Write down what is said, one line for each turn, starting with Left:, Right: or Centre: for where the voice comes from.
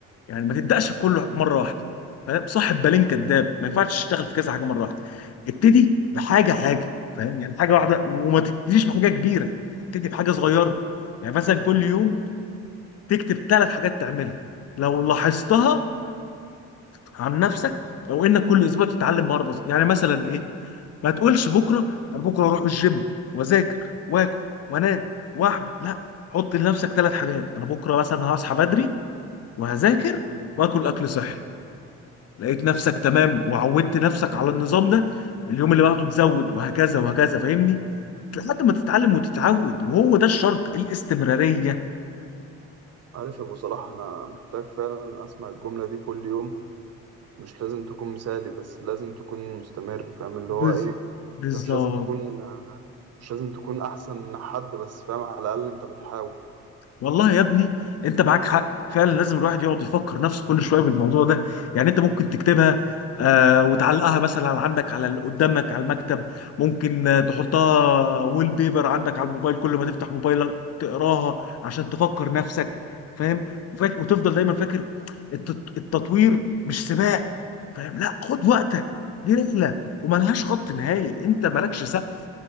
Left: يعني ما تبداش في كله مره واحده فاهم صاحب بالين كداب ما ينفعش تشتغل في كذا حاجه مره واحده ابتدي بحاجه حاجه فاهم يعني حاجه واحده وما تبتديش بحاجه كبيره ابتدي بحاجه صغيره يعني مثلا كل يوم تكتب ثلاث حاجات تعملها لو لاحظتها عن نفسك او انك كل اسبوع تتعلم مهاره بسيطه يعني مثلا ايه ما تقولش بكره انا بكره اروح الجيم واذاكر واكل وانام واعمل لا حط لنفسك ثلاث حاجات انا بكره مثلا هصحى بدري وهذاكر واكل اكل صحي لقيت نفسك تمام وعودت نفسك على النظام ده اليوم اللي بعده تزود وهكذا وهكذا فاهمني لحد ما تتعلم وتتعود وهو ده الشرط الاستمرارية
Right: عارف يا ابو صلاح انا محتاج فعلا اسمع الجملة دي كل يوم مش لازم تكون مثالي بس لازم تكون مستمر فاهم اللي
Left: بز...
Right: هو ايه
Left: بالظبط
Right: انت مش لازم تكون مش لازم تكون احسن حد بس فاهم على الاقل انت بتحاول
Left: والله يا ابني انت معاك حق فعلا لازم الواحد يقعد يفكر نفسه كل شويه بالموضوع ده يعني انت ممكن تكتبها آه وتعلقها مثلا عندك على قدامك على المكتب ممكن آه، تحطها ويل بيبر عندك على الموبايل كل ما تفتح موبايلك تقراها عشان تفكر نفسك فاهم وفاك... وتفضل دايما فاكر التط... التطوير مش سباق فاهم لا خد وقتك دي رحله وملهاش خط نهائي انت مالكش سقف